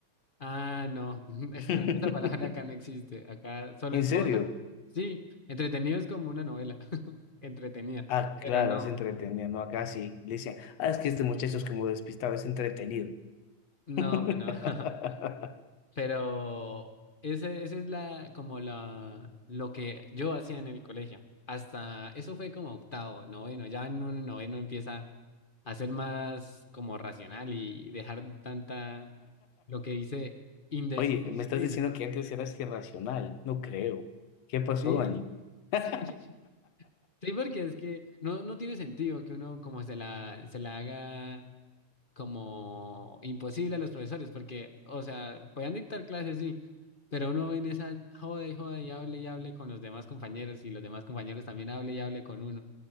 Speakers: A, on the left (about 40°); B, on the left (about 65°).
A: ah, no, <laughs> eso-
B: <laughs>
A: esa palabra acá no existe, acá solo
B: ¿En
A: es
B: serio?
A: todo, sí, entretenido es como una novela, <laughs> entretenida,
B: Ah,
A: pero
B: claro,
A: no,
B: es entretenido, ¿no? Acá sí le dicen, ah, es que este muchacho es como despistado, es entretenido.
A: no,
B: <laughs>
A: no, <laughs> Pero ese, ese es la, como la, lo que yo hacía en el colegio. Hasta eso fue como octavo, noveno. Ya en un noveno empieza a ser más como racional y dejar tanta, lo que dice, indis-
B: Oye,
A: indisciplina.
B: me estás diciendo que antes eras irracional. No creo. ¿Qué pasó,
A: Sí,
B: Dani? <laughs>
A: <laughs> sí, sí, porque es que no, no tiene sentido que uno como se la, se la haga. como imposible a los profesores, porque, o sea, podían dictar clases, sí, pero uno ve en esa joda y joda y hable y hable con los demás compañeros y los demás compañeros también hable y hable con uno.